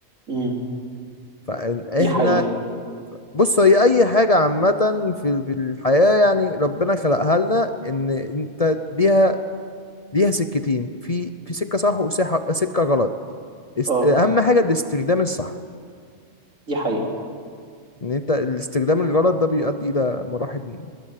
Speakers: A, on the right (about 80°); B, on the left (about 35°).
A: امم
B: فإحنا
A: دي حقيقة
B: بص هي أي حاجة عامة في في الحياة يعني ربنا خلقها لنا إن أنت ليها ليها سكتين في في سكة صح وسكة سكة غلط است...
A: اه
B: أهم حاجة الاستخدام الصح
A: دي حقيقة
B: إن أنت الاستخدام الغلط ده بيؤدي إلى مراحل